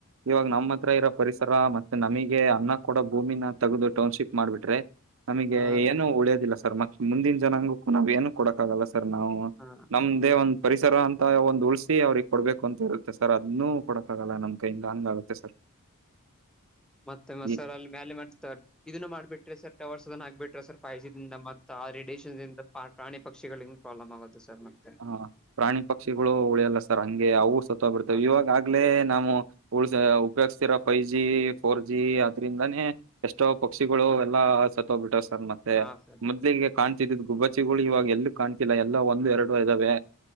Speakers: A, on the right; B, in the centre.
A: ಇವಾಗ ನಮ್ಮ್ ಹತ್ರ ಇರೋ ಪರಿಸರ ಮತ್ತೆ ನಮಗೆ ಅನ್ನ ಕೂಡ ಭೂಮಿನ ತಗದು ಟೌನ್ಶಿಪ್ ಮಾಡ್ಬಿಟ್ರೆ. ನಮಗೆ
B: ಹಾ
A: ಏನು ಉಳ್ಯೋದಿಲ್ಲ ಸರ್ ಮತ್ತ ಮುಂದಿನ ಜನಾಂಗೂ ನಾವ್ ಏನು ಕೊಡಕ್ಕಾಗಲ್ಲ ಸರ್ ನಾವು.
B: ಹಾ
A: ನಮ್ದೇ ಒಂದ್ ಪರಿಸರ ಅಂತ ಒಂದ್ ಉಳಸಿ ಅವ್ರಗ್ ಕೊಡ್ಬೇಕು ಅಂತ ಇರುತ್ತೆ ಸರ್ ಅದನ್ನು ಕೊಡಕಕ್ಕಾಗಲ್ಲ ನಮ್ ಕ ಹಿಂಗ ಹಂಗ ಆಗುತ್ತೆ ಸರ್.
B: ಮತ್ತೆ ಮಸರ್
A: ಈ
B: ಅಲ್ಲಿ ಮ್ಯಾಲಲೆ ಮಾಡ್ತ ಇದನ್ನು ಮಾಡ್ಬಿಟ್ರಿ ಸರ್ ಟವರ್ಸ್ ಅದನ್ನ ಹಾಬಿಟ್ರಿ ಸರ್ ಫೈ ಜಿ ದಿಂದ ಮತ್ತ ಆ ರೇಡಿಯೇಶನ್ ಇಂದ ಪ್ರಾಣಿ ಪಕ್ಷಿಗಳಿಗೊ ಪ್ರಾಬ್ಲಮ್ ಆಗೋದು ಸರ್ ಮತ್ತೆ.
A: ಹ ಪ್ರಾಣಿ ಪಕ್ಷಿಗಳು ಉಳಿಯಲ್ಲ ಸರ್ ಹಂಗೆ ಅವರು ಸತ್ ಬರ್ತವೆ
B: ಹಾ
A: ಇವಾಗಗ್ಲೇ ನಾವು ಉ ಉಪಯೋಗ್ತಿರ ಫೈವ್ ಜಿ ಫೋರ್ ಜಿ ಅದ್ರಿಂದಾನೇ. ಎಷ್ಟೋ ಪಕ್ಷಿಗಳು ಎಲ್ಲಾ ಸತ್ತ್ಬಿಟ್ಟರು ಸರ್ ಮತ್ತೆ
B: ಹಾ ಸರ್
A: ಮೊದ್ಲಿಗೆ. ಕಾಣ್ತಿದ್ದಿದ್ದ ಗುಬ್ಬಚ್ಚಿಗಳು ಇವಾಗ ಎಲ್ಲೂ ಕಾಣ್ತಿಲ್ಲ ಎಲ್ಲ ಒಂದು ಎರಡು ಇದ್ದಾವೆ